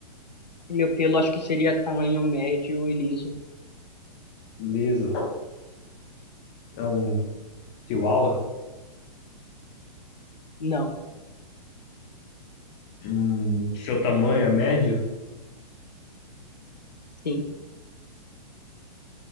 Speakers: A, on the left (about 85°); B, on the left (about 30°).
A: Meu pelo acho que seria tamanho médio e liso.
B: liso. É um chihuahua?
A: Não,
B: Hum, seu tamanho é médio?
A: sim,